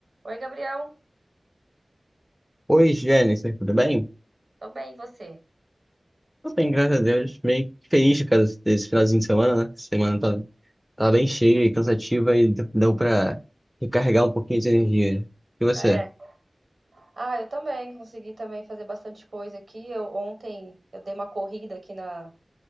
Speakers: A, on the right (about 75°); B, in the centre.
A: Oi, Gabriel.
B: Oi, Jennifer, tudo bem?
A: Tô bem, e você?
B: Tô bem, graças a Deus. Meio feliz por causa desse finalzinho de semana, né? Essa Semana tá, tá bem cheia e cansativa e deu deu pra recarregar um pouquinho de energia. E você?
A: Ah, É. Ah, eu também. Consegui também fazer bastante coisa aqui. Eu ontem eu dei uma corrida aqui na